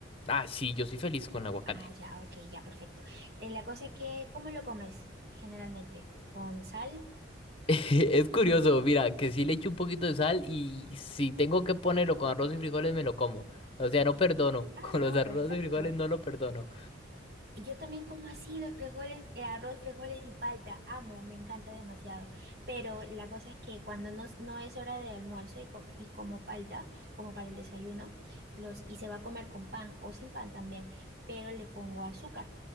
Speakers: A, on the left; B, on the right.
A: Ah, sí, yo soy feliz con el aguacate.
B: Ah, ya, ok, ya, perfecto. Eh, la cosa es que, ¿cómo lo comes generalmente? ¿Con sal?
A: <laughs> Es curioso, mira, que sí le echo un poquito de sal y si tengo que ponerlo con arroz y frijoles me lo como. O sea, no perdono.
B: Ah,
A: <laughs> Con
B: no,
A: los arroz
B: perfecto.
A: y frijoles no lo perdono.
B: Y yo también como así los frijoles, el arroz, frijoles y palta. Amo, me encanta demasiado. Pero la cosa es que cuando no, no es hora de almuerzo y, com- y como palta, como para el desayuno, los, y se va a comer con pan o sin pan también, pero le pongo azúcar.